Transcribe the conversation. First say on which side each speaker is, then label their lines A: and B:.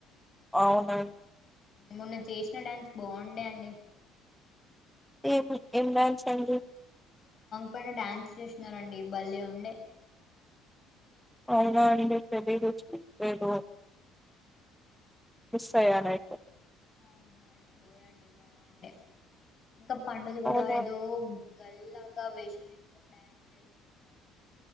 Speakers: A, in the centre; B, on the left.
A: అవున
B: మొన్న చేసిన డాన్స్ బాగుండే అండి
A: ఏ ఏమి డాన్స్ అండి
B: ఎప్పునా డ్యాన్స్ చేూసినారండి బల్లే ఉండే
A: అవునా అండి తెలియదు చు ఎస్ రైట్
B: అవునా చూడండి బాగుండ ఇంకా పండుది కూడా
A: అవునా
B: ఏదో గల్లాగా వేషం వేసుకొని డ్యాన్స్ చేస్తున్నాడండి